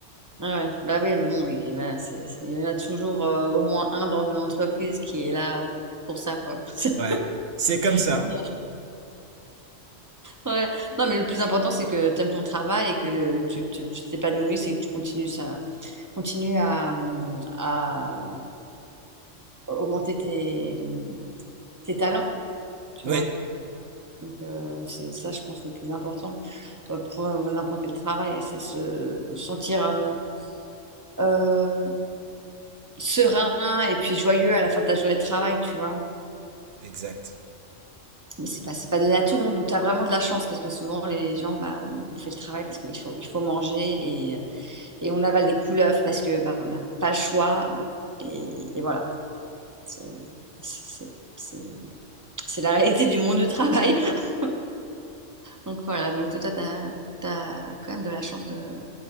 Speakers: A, on the right; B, on the right.
A: Ah ouais. Bah oui, mais bon, oui, voilà, c'est, c'est- il y en a toujours euh, au moins un dans une entreprise qui est là pour ça, quoi. <laughs>
B: Ouais, c'est comme ça.
A: Yeah. Ouais. Non, mais le plus important, c'est que tu aimes ton travail et que tu tu- tu t'épanouisses et que tu continues, ça, continues à, hum, à augmenter tes, tes talents, tu
B: Oui,
A: vois. Donc, euh, c'est ça, je pense, le plus important euh, pour n'importe quel travail, c'est se sentir euh, euh, serein et puis joyeux à la fin de ta journée de travail, tu vois.
B: exact.
A: Mais c'est pas, c'est pas donné à tout le monde. Donc, tu as vraiment de la chance parce que souvent, les gens, bah, on fait le travail parce qu'il faut, il faut manger et, et on avale des couleuvres parce que bah, on n'a pas le choix. Et, et voilà, c'est c'est- c'est- c'est la réalité du monde du travail. <laughs> Donc, voilà. Donc, toi, tu as, quand même de la chance de,